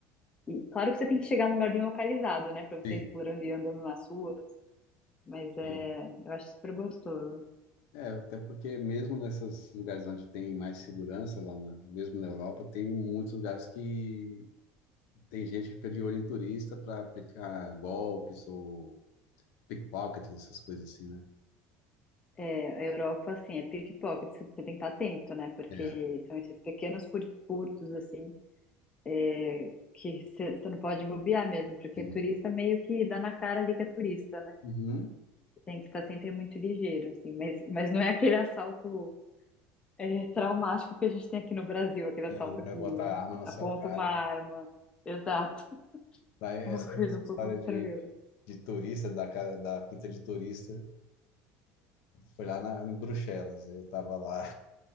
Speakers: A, on the left; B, on the left.
A: E, claro que você tem que chegar num lugar bem localizado, né? Pra você
B: Sim,
A: ir explorando e andando nas ruas. Mas é,
B: sim.
A: eu acho super gostoso.
B: É, até porque mesmo nesses lugares onde tem mais segurança, lá na- mesmo na Europa, tem muitos lugares que tem gente que fica de olho em turista para aplicar golpes ou pickpockets, essas coisas assim, né?
A: É, a Europa, assim, é pickpocket, você tem que estar atento, né? Porque
B: É,
A: são esses pequenos fur- furtos, assim, é, que você você não pode bobear mesmo, porque
B: sim.
A: turista meio que dá na cara ali que é turista, né?
B: Uhum.
A: Tem que estar sempre muito ligeiro, assim. Mas, mas não é aquele assalto, é, traumático que a gente tem aqui no Brasil, aquele
B: É,
A: assalto
B: O cara
A: que
B: bota a arma na
A: aponta
B: sua cara.
A: uma arma. Exato. <laughs>
B: Daí essa,
A: Uma
B: essa
A: coisa um pouco
B: história
A: mais
B: de,
A: tranquila.
B: de turista, da cara, da pinta de turista, foi lá na, em Bruxelas. Eu tava lá.